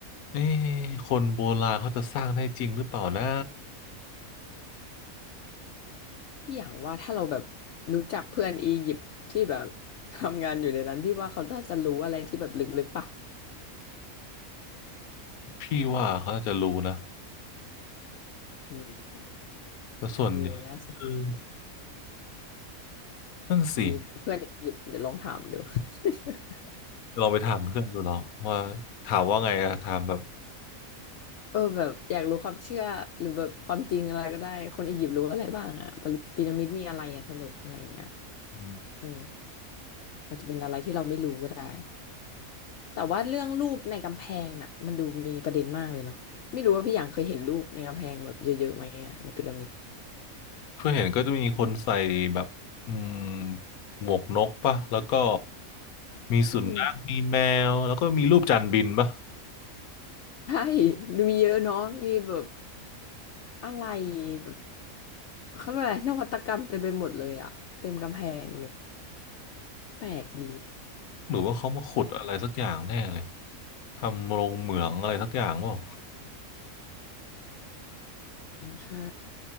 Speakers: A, on the left (about 85°); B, on the left (about 65°).
A: เอ๊ะคนโบราณเขาจะสร้างได้จริงหรือเปล่านะ
B: อย่างว่าถ้าเราแบบรู้จักเพื่อนอียิปต์ที่แบบ <laughs> ทำงานอยู่ในนั้นพี่ว่าเขาน่าจะรู้อะไรที่แบบลึกๆป่ะ
A: พี่ว่าเขาน่าจะรู้นะ
B: อืม
A: แต่ส่วนใหญ่เออ
B: <laughs> เออน่าสนใจ
A: นั่นสิ
B: มีเพื่อนอียิปต์เดี๋ยวลองถามดู <laughs>
A: ลองไปถามเพื่อนดูเนาะว่าถามว่าไงอะถามแบบ
B: เออแบบอยากรู้ความเชื่อหรือแบบความจริงอะไรก็ได้คนอียิปต์รู้อะไรบ้างอะพีระพีระมิดมีอะไรอะสรุปอะไรอย่างเงี้ย
A: อืม
B: เอออาจจะเป็นอะไรที่เราไม่รู้ก็ได้แต่ว่าเรื่องรูปในกำแพงน่ะมันดูมีประเด็นมากเลยเนาะไม่รู้ว่าพี่หยางเคยเห็นรูปในกำแพงแบบเยอะๆไหมอะในพีระมิด
A: เพื่อนเห็นก็จะมีคนใส่แบบอืมหมวกนกปะแล้วก็มีสุนัขมีแมวแล้วก็มีรูปจานบินปะ
B: อืม ใช่ดูมีเยอะเนาะมีแบบอะไรแบบเขาเรียกอะไรนวัตกรรมเต็มไปหมดเลยอะเต็มกำแพงเลยแปลกดี
A: หรือว่าเขามาขุดอะไรสักอย่างแน่เลยทำโรงเหมืองอะไรสักอย่างเปล่า
B: อืมใช่